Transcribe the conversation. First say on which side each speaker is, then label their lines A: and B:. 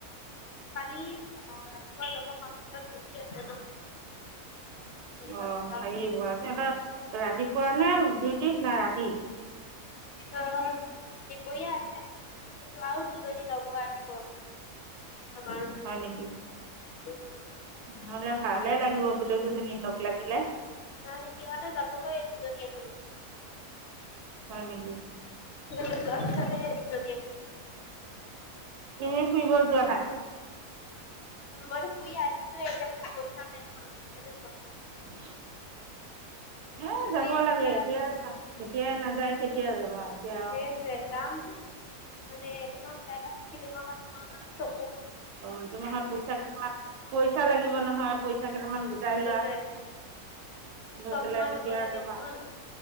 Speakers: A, on the left (about 55°); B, on the right (about 90°).
A: কালি আহ ৰাতিপুৱা যাব <unintelligible>
B: অ
A: যাব
B: হেৰি যোৱা সিহঁতৰ ৰাতিপুৱা নে ডিউটি না ৰাতি?
A: অ দিপৰীয়া আছে। কিন্তু আৰু দুজনী ল'ব আহিব আমাৰ
B: হয় নেকি?
A: উম,
B: নহ'লে ভালে লাগিব গোটেই কেইজনীয়ে লগ লাগিলে।
A: নাই সিহঁতে যাবগৈ দুজনী আহিব।
B: হয় নেকি?
A: <unintelligible>
B: তুমি ফুৰিব যোৱা নাই?
A: মইটো ফুৰি আহিছোঁৱে এতিয়া মানে পইচা নাই ন সেইকাৰণে যোৱা নাই।
B: <inaudible> হে
A: ফুৰি
B: যাব
A: আহি
B: লাগে,
A: পেলাই
B: এতিয়াই যা এতিয়াই নাযায় কেতিয়াই যাবা আৰু। এতিয়া
A: এইটোৱে যাম মানে এইটো মাহ যাই লগ <unintelligible>
B: অ তোমাৰ হাত পইচা কেইটামান পইচা লাগিব নহয় পইচা কেইটামান গোটাই
A: সেইটোৱে
B: লোৱা। নৈ
A: চশমা
B: পেলাই তেতিয়া
A: ল'ব লাগে
B: যাবা।
A: মোৰ